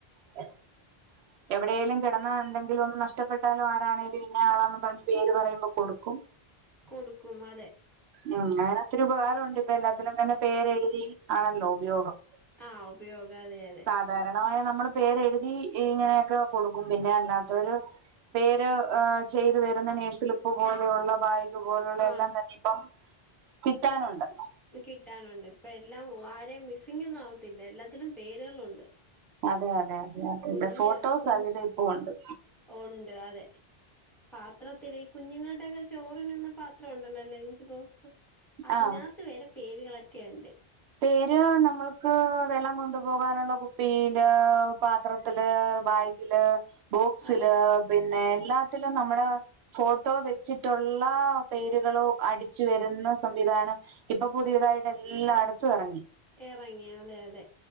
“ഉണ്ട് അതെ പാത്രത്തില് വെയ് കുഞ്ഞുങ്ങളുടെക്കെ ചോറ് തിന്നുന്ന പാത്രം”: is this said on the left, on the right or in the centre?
Centre